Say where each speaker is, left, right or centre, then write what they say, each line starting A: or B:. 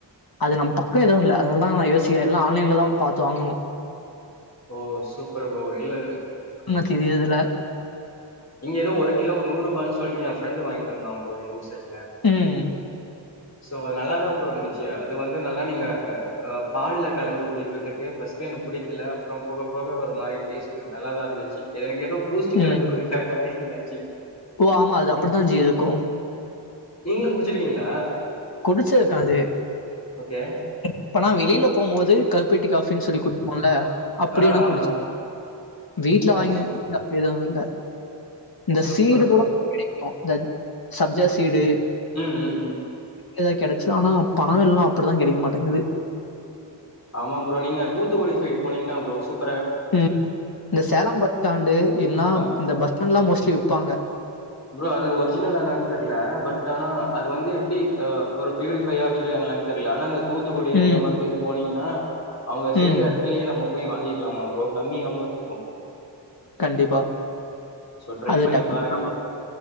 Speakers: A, on the left; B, on the left.
A: அது நம் பக்க எதுவு இல்ல அதனாலதா நா யோசிக்குற எல்லா ஆன்லைன்ல தா பாத்து வாங்குணு
B: ஓ சூப்பர் ப்ரோ இல்ல
A: உனக்கு இது ஏதுல
B: இங்க ஏதோ ஒரு கிலோ நூறு ரூபான் சொல்லி எ ஃப்ரெண்டு வாங்கிட்டு வந்தா ப்ரோ எங்க ஊரு சைடு
A: ம்
B: சோ நல்லா தா ப்ரோ இருந்துச்சி அது வந்து நல்லா நீங்க பால்ல கலந்து குடிக்கிறதுக்கு ஃபர்ஸ்ட்டு எனக் புடிக்கல அப்றோ போக போக ஒரு மாரி டேஸ்ட் கொஞ்சோ நல்லா தா இருந்துச்சி எனக்கு ஏதோ பூஸ்ட் கலந்து
A: ம்
B: குடிக் கே ஃபீல்லாச்சி
A: ஓ ஆமா அது அப்டித்தா ஜி இருக்கோ
B: நீங்களு குடிச்சிருக்கீங்ளா
A: குடிச்சிருக்கா அது
B: அ
A: இப்ப நா வெளில போம்போது கல்பெட்டி காஃபின்னு சொல்லி குடுப்போல்ல அப்டி
B: ஆ
A: நா
B: ஆமா
A: குடிச்
B: ஆமா
A: வீட்ல
B: ஓ
A: வாங்கி எது இல்ல இந்த
B: சூப்பர்
A: சீடு
B: ப்ரோ
A: கூட இந்த சப்ஜா சீடு
B: ம் ம் ம்
A: எதாது கெடச்சா ஆனா பணவெல்லோ அப்டிலா கெடைக்க மாட்டேங்குது
B: ஆமா ப்ரோ நீங்க தூத்துக்குடி சைடு போனீங்கன்னா ப்ரோ சூப்
A: ம் இந்த சேலோ பஸ்டாண்டு இல்லனா
B: அ
A: இந்த பஸ்டாண்ட்லா மோஸ்ட்லி விப்பாங்க
B: ப்ரோ அது ஒரிஜினலா என்னென் தெர்ல பட் ஆனா அது வந்து எப்டி ஒரு பியூரிஃபையா வச்சிருக்காங்கலா னா தெர்ல ஆனா இந்த தூத்துக்குடி
A: ம்,
B: இந்த மாதிரி இது போனீங்கன்னா அவங்க செய்யற
A: ம்.
B: எடத்துலயே நம்ப போய் வாங்கிற்லாமா ப்ரோ கம்மியாகவு இருக்கு
A: கண்டிப்பா
B: சோ ட்ரை
A: அது
B: பண்ணி
A: டக்குனு
B: பாருங்க
A: ஆமா